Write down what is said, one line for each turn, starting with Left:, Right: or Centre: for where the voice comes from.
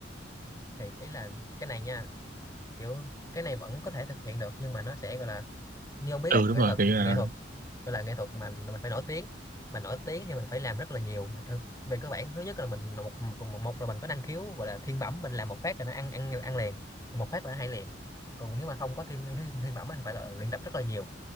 Left: thì ý là cái này nha kiểu cái này vẫn có thể thực hiện được nhưng mà nó sẽ gọi là như ông biết
Right: Ừ,
Left: ấy,
Right: đúng
Left: nghệ
Right: rồi,
Left: thuật
Right: kiểu
Left: nghệ
Right: như là
Left: thuật gọi là nghệ thuật mà mình phải nổi tiếng mà nổi tiếng thì mình phải làm rất là nhiều Mà cơ- về cơ bản thứ nhất là mình là một, một, một, một là mình có năng khiếu gọi là thiên bẩm mình làm một phát là nó ăn ăn ăn liền một phát là nó hay liền còn nếu mà không có thiên thiên, thiên bẩm á thì phải là luyện tập rất là nhiều